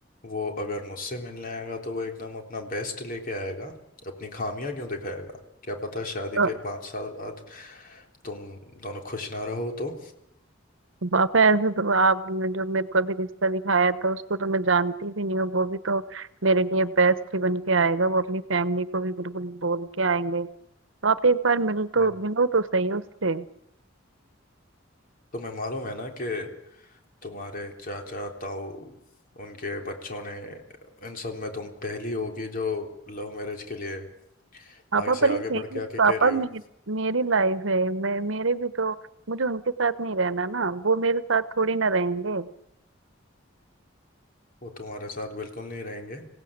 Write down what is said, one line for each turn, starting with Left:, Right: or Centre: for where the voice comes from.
Left: वो अगर मुझसे मिलने आएगा तो वो एकदम अपना बेस्ट लेके आएगा अपनी खामियां क्यों दिखाएगा क्या पता शादी
Right: तो
Left: के पाँच साल बाद तुम दोनों खुश ना रहो तो
Right: पापा ऐसे तो आपने जो मेरे को अभी रिश्ता दिखाया था उसको तो मैं जानती भी नहीं हूँ वो भी तो मेरे लिए बेस्ट ही बन के आएगा वो अपनी फैमिली को भी बिल्कुल बोल के आएंगे तो आप एक बार मिल तो
Left: जी।
Right: मिलो तो सही उससे
Left: तुम्हें मालूम है ना कि तुम्हारे चाचा ताऊ उनके बच्चों ने इन सब में तुम पहली होगी जो लव मैरिज के लिए
Right: पापा
Left: आगे से
Right: पर ये
Left: आगे बढ़
Right: मेरी
Left: के आके
Right: पापा
Left: कह रही हो
Right: मेरी मेरी लाइफ है मैं मेरे भी तो मुझे उनके साथ नहीं रहना ना वो मेरे साथ थोड़ी ना रहेंगे
Left: वो तुम्हारे साथ बिल्कुल नहीं रहेंगे